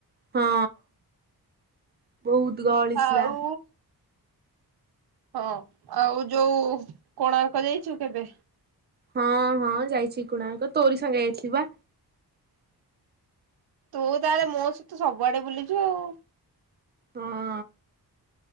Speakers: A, on the right (about 25°); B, on the right (about 70°).
A: ହଁ ବୋହୁତ ଗହଳି ଥିଲା।
B: ଆଉ ହଁ ଆଉ ଯୋଉ କୋଣାର୍କ ଯାଇଛୁ କେବେ?
A: ହଁ ହଁ ଯାଇଛି କୋଣାର୍କ ତୋରି ସାଙ୍ଗେ ଯାଇଥିଲି ବା।
B: ତୁ ତାହେଲେ ମୋ ସହିତ ସବୁଆଡେ ବୁଲିଚୁ ଆଉ।
A: ହଁ।